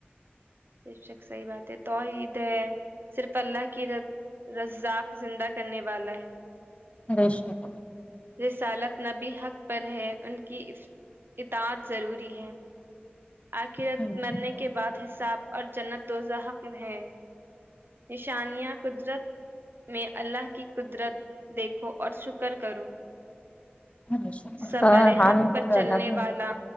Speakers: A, on the right; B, on the left.
A: بے شک صحیح بات ہے توحید ہے صرف اللہ کی رب رزاق زندہ کرنے والا ہے
B: بے شک
A: رسالت نبی حق پر ہے ان کی اف اطاعت ضروری ہے اخرت
B: بے
A: مرنے
B: شک
A: کے بعد حساب اور جنت دوزحقم ہے نشانیہ قدرت میں اللہ کی قدرت دیکھو اور شکر کرو
B: اس
A: صبر
B: کا ہار
A: حق
B: میں
A: پر
B: سے پیدا
A: چلنے
B: کر
A: والا